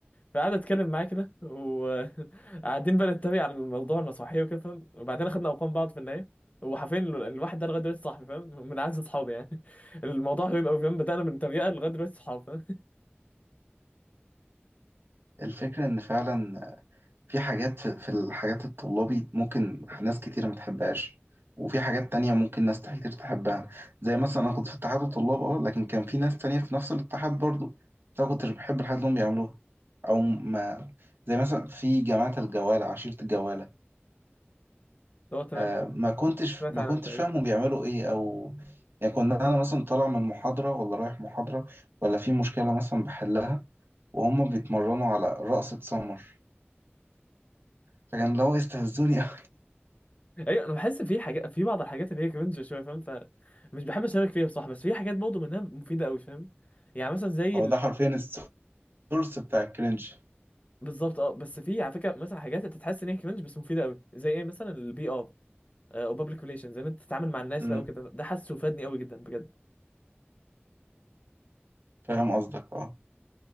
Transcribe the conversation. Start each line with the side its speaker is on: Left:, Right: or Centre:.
Left: فقعد اتكلم معاه كده وقاعدين <laughs> بقى نتريق على الموضوع المسرحيه وكده فاهم وبعدين خدنا ارقام بعض في النهايه وحرفيا ال- الواحد ده لغايه دلوقتي صاحبي فاهم من اعز اصحابي يعني <laughs> الموضوع غريب قوي فاهم بدانا من تريقه لغايه دلوقتي صحاب فاهم
Right: الفكره ان فعلا في حاجات في في الحاجات الطلابي ممكن ناس كتير ما تحبهاش وفي حاجات تانية ممكن ناس كتير تحبها زي مثلا أنا كنت في اتحاد الطلاب اه لكن كان في ناس تانية في نفس الاتحاد برضو بس أنا كنتش بحب الحاجات اللي هم بيعملوها أو ما زي مثلا في جماعة الجوالة عشيرة الجوالة
Left: <laughs> هو تمام
Right: آه ما كنتش
Left: سمعت
Right: ما
Left: عنها
Right: كنتش
Left: تقريبا
Right: فاهم هم بيعملوا إيه أو يعني كنا أنا مثلا طالع من محاضرة ولا رايح محاضرة ولا في مشكلة مثلا بحلها وهم بيتمرنوا على رقصة سمر فكان اللي هو يستهزوني أوي
Left: ايوه انا بحس في حاجات في بعض الحاجات اللي هي كرنج شويه فاهم فمش بحب اشارك فيها بصراحه بس في حاجات برضه منها مفيده قوي فاهم يعني مثلا زي
Right: هو
Left: ال...
Right: ده حرفيا السورس بتاع الكرنج
Left: بالظبط اه بس في على فكره مثلا حاجات انت تحس ان هي كرنج بس مفيده قوي زي ايه مثلا البي ار او بابليك ريليشنز ان انت تتعامل مع الناس
Right: امم
Left: بقى وكده ده حاسه فادني قوي جدا بجد
Right: فاهم قصدك اه